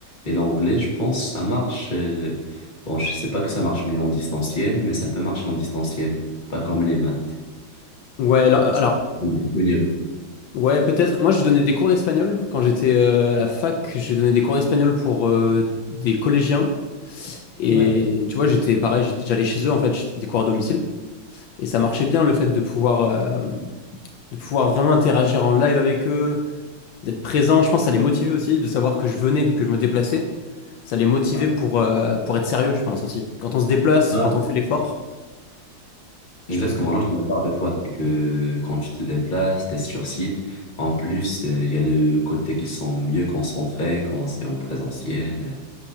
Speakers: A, on the left (about 25°); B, on the left (about 75°).
A: Et l'anglais, je pense, ça marche. euh, Bon, je sais pas que ça marche mieux en distanciel, mais ça peut marcher en distanciel. Pas comme les maths.
B: Ouais,
A: Tu
B: alors,
A: vois, c'est c'est mieux.
B: Ouais, peut-être. Moi, je donnais des cours d'espagnol. Quand j'étais euh, à la fac, j'ai donné des cours d'espagnol pour euh, des collégiens. Et
A: Ouais,
B: tu vois, j'étais pareil, j'étais- j'allais chez eux, en fait, j'étais des cours à domicile. Et ça marchait bien le fait de pouvoir, euh, de pouvoir vraiment interagir en live avec eux, d'être présent. Je pense que ça les motivait aussi, de savoir que je venais, que je me déplaçais. Ça les motivait
A: ouais.
B: pour, euh, pour être sérieux, je pense aussi. Quand on se déplace,
A: Non,
B: quand on fait l'effort,
A: exactement.
B: je pense que...
A: Non, je suis d'accord avec toi. C'est que quand tu te déplaces, t'es sur site. En plus, euh, il y a le côté qu'ils sont mieux concentrés quand c'est en présentiel.